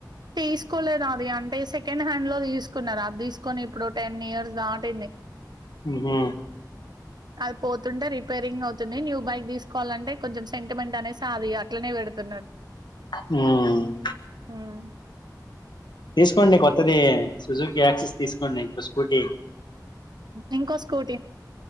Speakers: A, on the right; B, on the left.
A: తీసుకోలేదు అది అంటే సెకండ్ హ్యాండ్ లో తీసుకున్నారు అది తీసుకొని ఇప్పుడు టెన్ ఇయర్స్ దాటింది
B: హ
A: అది పోతుంటే రిపేరింగ్ అవుతుంది న్యూ బైక్ తీసుకోవాలంటే కొంచెం సెంటిమెంట్ అనేది సాధ అట్లనే పెడుతున్నారు
B: ఆ
A: హ్మ్.
B: తీసుకోండి కొత్తది సుజుకి యాక్సిస్ తీసుకోండి ఇంకో స్కూటీ
A: ఇంకో స్కూటీ